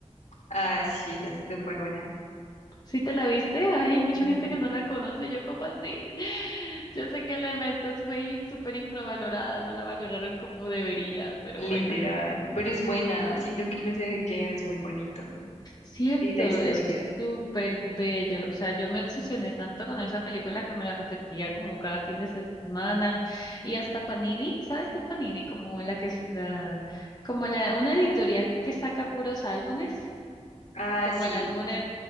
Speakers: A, on the left (about 75°); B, on the left (about 35°).
A: Ah, sí, esa es súper buena.
B: ¿Sí te la viste? Ay, hay mucha
A: Sí,
B: gente que no la conoce. Yo, ¿cómo así? <laughs> Yo sé que Elementos fue súper infravalorada, no la valoraron como debería, pero
A: literal.
B: bueno.
A: Pero es buena. Siento que el mensaje que deja es muy bonito.
B: Cierto,
A: Y la historia.
B: es súper bello. O sea, yo me obsesioné tanto con esa película que me la repetía como cada fin de semana. Y hasta Panini, ¿sabes qué es Panini? Como la que es la, como la, una editorial que saca puros álbumes,
A: Ah,
B: como
A: sí,
B: el álbum de,